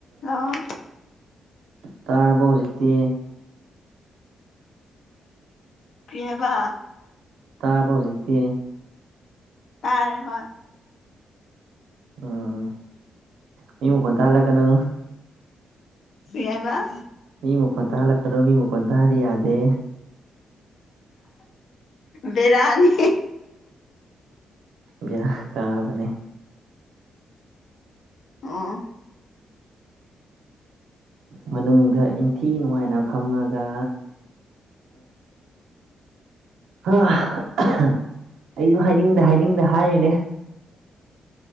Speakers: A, on the left (about 60°); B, on the right (about 80°).
A: hello
B: ꯇꯥꯔꯕ ꯍꯧꯖꯤꯛꯇꯤ
A: ꯀ꯭ꯔꯤ ꯍꯥꯢꯕ
B: ꯇꯥꯔꯕ ꯍꯧꯖꯤꯛꯇꯤ
A: ꯇꯥꯔꯦ ꯍꯣꯏ
B: ꯎꯝ ꯃꯤ ꯃꯈꯣꯟ ꯇꯥꯍꯟꯂꯛꯀꯅꯣ
A: ꯌꯥꯔꯔꯕ
B: ꯃꯤ ꯃꯈꯣꯟ ꯇꯥꯜꯂꯛꯀꯅꯨ ꯃꯤ ꯃꯈꯣꯟ ꯇꯥꯗꯤ ꯌꯥꯗꯦ
A: ꯕꯦꯔꯅꯤ
B: ꯕꯦꯔꯥ ꯀꯥꯕꯅꯦ
A: ꯑꯝ
B: ꯃꯅꯨꯡꯗ ꯏꯟꯊꯤ ꯅꯨꯡꯉꯥꯏꯅ ꯐꯝꯂꯒ ꯑꯩꯁꯨ ꯍꯥꯏꯅꯤꯡꯗ ꯍꯥꯏꯅꯤꯡꯗ ꯍꯥꯏꯔꯤꯅꯦ <inaudible>